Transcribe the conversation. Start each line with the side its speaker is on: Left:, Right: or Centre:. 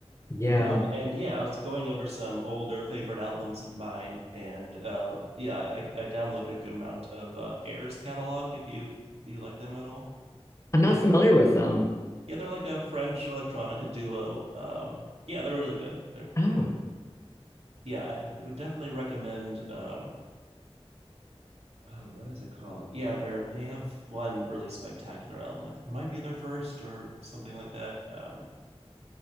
Left: yeah.
Right: Um, and yeah, I was going over some older favorite albums of mine, and uh, yeah, I, I downloaded a good amount of uh, Air's catalog if you if you like them at all.
Left: I'm not
Right: Uh,
Left: familiar with them.
Right: yeah, they're like a French electronica duo. Um, yeah, they're really good. They're
Left: Oh,
Right: they're yeah, I, I would definitely recommend. Um, oh, what is it called? Yeah, they're they have one really spectacular album. It might be their first or something like that. Um,